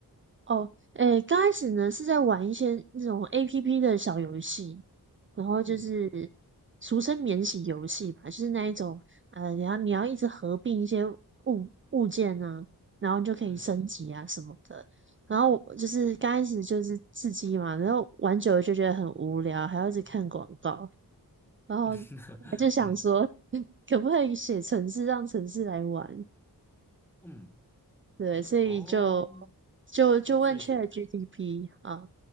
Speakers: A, on the right (about 35°); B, in the centre.
A: 哦，诶，刚开始呢是在玩一些那种 APP 的小游戏，然后就是
B: 嗯
A: 俗称免洗游戏吧，就是那一种，呃，你要你要一直合并一些物物件啊，然后你就可以升级啊什么的。
B: 嗯
A: 然后我就是刚开始就是刺激嘛，然后玩久了就觉得很无聊，还要一直看广告，然后我就想说，
B: <laughs> 嗯
A: <laughs> 可不可以写城市让城市来玩？
B: 嗯，
A: 对，所以就
B: 哦。
A: 就就问
B: 就所以是
A: c h a t p 啊。